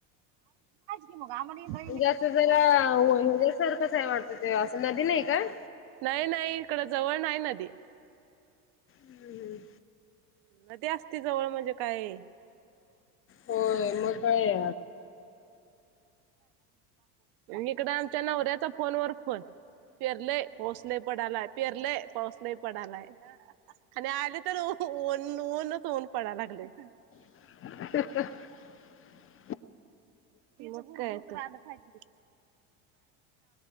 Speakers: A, on the right (about 55°); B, on the left (about 30°).
A: <inaudible> मुगामणी <inaudible>
B: म्हणजे असं जरा हच्या्यासारखं काय वाटतं ते असं नदी नाही काय?
A: नाही नाही इकडं जवळ नाही नदी.
B: हम्म हम्म
A: नदी असती जवळ म्हणजे काय
B: होय मग काय.
A: इकडे आमच्या नवऱ्याचा फोन वर फोन. पिरलय पाऊस लय पडालाय, पिरलय पाऊस लय पडालाय. आणि आले तर ऊनच ऊन पडायाला लागले.
B: <inaudible>
A: मग काय तर.